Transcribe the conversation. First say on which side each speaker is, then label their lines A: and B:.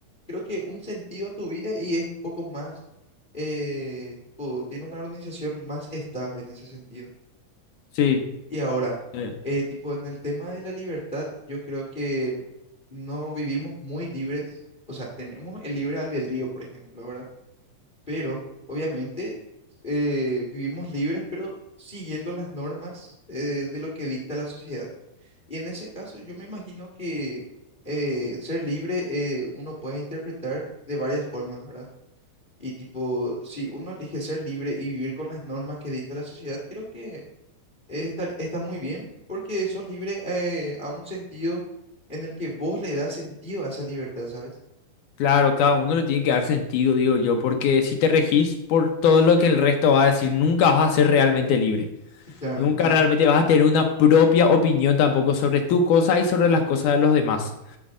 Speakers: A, on the left; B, on the left.
A: creo que un sentido a tu vida y es un poco más, eh, tipo, tiene una organización más estable en ese sentido.
B: Sí,
A: Y ahora,
B: eh,
A: eh, tipo en el tema de la libertad, yo creo que no vivimos muy libres, o sea, tenemos el libre albedrío, por ejemplo, ¿verdad? Pero obviamente eh, vivimos libres, pero siguiendo las normas eh, de lo que dicta la sociedad. Y en ese caso, yo me imagino que eh, ser libre eh, uno puede interpretar de varias formas, ¿verdad? Y tipo, si uno elige ser libre y vivir con las normas que dicta la sociedad, creo que estar- está muy bien porque sos libre eh, a un sentido en el que vos le das sentido a esa libertad, ¿sabes?
B: claro, cada uno le tiene que dar sentido, digo yo, porque si te regís por todo lo que el resto va a decir, nunca vas a ser realmente libre.
A: Y claro,
B: Nunca
A: en ese,
B: realmente vas a tener una propia opinión tampoco sobre tus cosas y sobre las cosas de los demás.